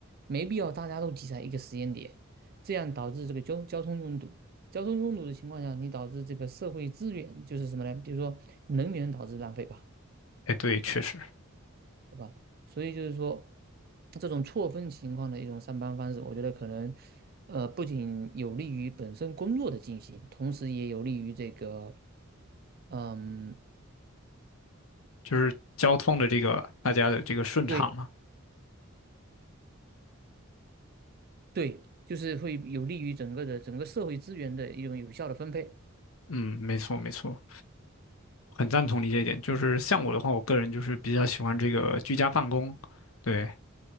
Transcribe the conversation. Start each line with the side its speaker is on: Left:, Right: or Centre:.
Right: 没必要大家都挤在一个时间点，这样导致这个交交通拥堵。交通拥堵的情况下，你导致这个社会资源就是什么呢？比如说能源导致浪费吧。
Left: 哎，对，确实。
Right: 是吧？所以就是说，这种错峰情况的一种上班方式，我觉得可能，呃，不仅有利于本身工作的进行，同时也有利于这个，嗯，
Left: 就是交通的这个大家的这个顺畅嘛。
Right: 对对，就是会有利于整个的整个社会资源的一种有效的分配。
Left: 嗯，没错没错，很赞同你这一点。就是像我的话，我个人就是比较喜欢这个居家办公，对，